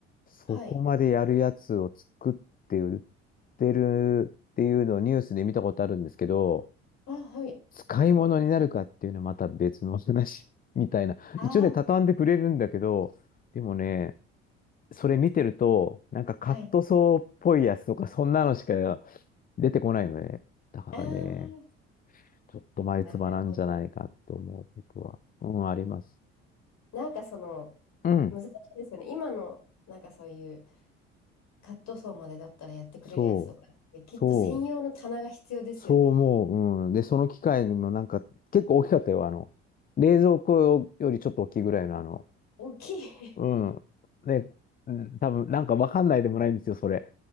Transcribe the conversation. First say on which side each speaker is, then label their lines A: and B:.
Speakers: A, on the left; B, on the left.
A: そこまでやるやつを作って売っ
B: はい。
A: てるっていうのをニュースで見たことあるんですけど、
B: あ、はい。
A: 使い物になるかっていうのはまた別の話 <laughs> みたいな。
B: あー、
A: 一応ね、畳んでくれるんだけど、でもね、それ見てると、なんかカットソーっぽいやつとか、
B: はい。
A: そんなのしか出てこないのね。だからね、
B: あー、
A: ちょっと前唾なんじゃないかって思うことは、
B: なるほど。
A: うん、あります。
B: なんかその、
A: うん、
B: 難しいですよね。今の、なんかそういう、カットソーまでだったらやってくれるやつとかって、
A: そう、
B: きっと専用の棚が必要ですよね。
A: そう、そう思う。うん。で、その機械もなんか、結構大きかったよ。あの、冷蔵庫よりちょっと大きいぐらいのあの、
B: 大きい
A: うん。ね、うん、多分なんかわかんないでもないんですよ、それ。